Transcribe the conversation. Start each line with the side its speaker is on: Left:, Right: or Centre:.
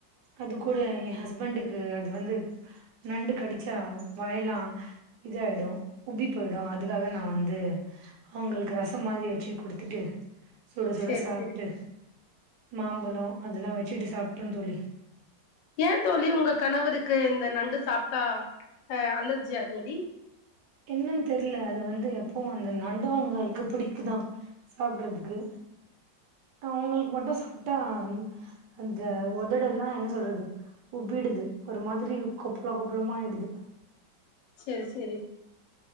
Right: அது கூட ஏ ஹஸ்பண்டுக்கு அது வந்து நண்டு கடிச்சா வாய்லா இதயிடு உப்பி போயிடு அதுக்காக நா வந்து அவங்ளுக்கு ரசம் மாதிரி வெச்சு குடுத்துட்டு சுட சுட
Left: சேரி
Right: சாப்ட்டு
Left: சேரி
Right: மாம்பழோ அதெல்லா வச்சுட்டு சாப்ட்டோ தோழி
Left: ஏ தோழி உங்க கணவருக்கு இந்த நண்டு சாப்ட்டா அஹ அலர்ஜியா தோழி
Right: என்னன்னு தெர்ல அது வந்து எப்பவு அந்த நண்டுவங்களுக்கு புடிக்குதா சாப்ட்டுறதுக்கு அவங்ளுக்கு மட்டு சாப்ட்டா அந்த உதடெல்லா என்ன சொல்றது உப்பிடுது ஒரு மாதிரி கொப்பளம் கொப்பளமா ஆயிடுது
Left: சேரி சேரி